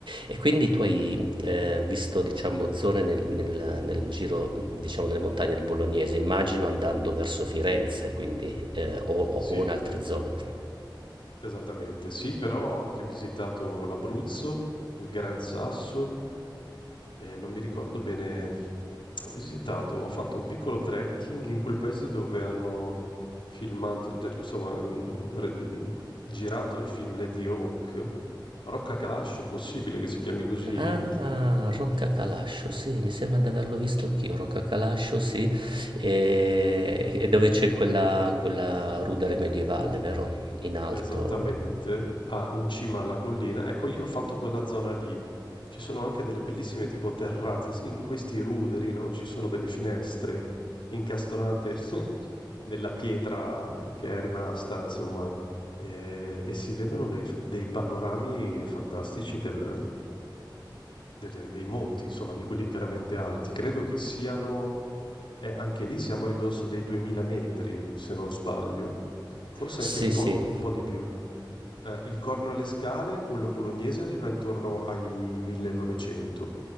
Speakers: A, on the right; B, on the left.
A: E quindi tu hai eh, visto diciamo, zone nel, nel- nel giro, diciamo, nelle montagne del Bolognese, immagino andando verso Firenze, quindi, eh, o, o
B: Sì,
A: o in altre
B: esattamente.
A: zone.
B: Esattamente, sì, però ho anche visitato l'Abruzzo, il Gran Sasso Ehm, non mi ricordo bene ho visitato ho fatto un piccolo trekking in quel paese dove hanno filmato der insomma, mhmm, re mhmm, girato il film Lady Hawk, Rocca Calascio, possibile che si chiami così?
A: Ah, Rocca Calascio, sì, mi sembra di averlo visto anch'io, Rocca Calascio, sì, e, e dove c'è quella, quella rudere medievale, vero? In alto.
B: Esattamente, ah, in cima alla collina. Ecco, io ho fatto quella zona lì. Ci sono anche delle bellissime tipo terrazze, s- in questi ruderi, no? Ci sono delle finestre incastonate <laughs> nella pietra che è rimasta, insomma, e, e si vedono dei, dei panorami fantastici del- del- dei monti, insomma, di quelli veramente alti. Credo che siano, eh, anche lì siamo a ridosso dei 2000 metri, se non sbaglio. Forse
A: Sì,
B: anche un po'
A: sì,
B: un po' di più. Eh, il Corno alle Scale, quello bolognese, arriva intorno ai 1900.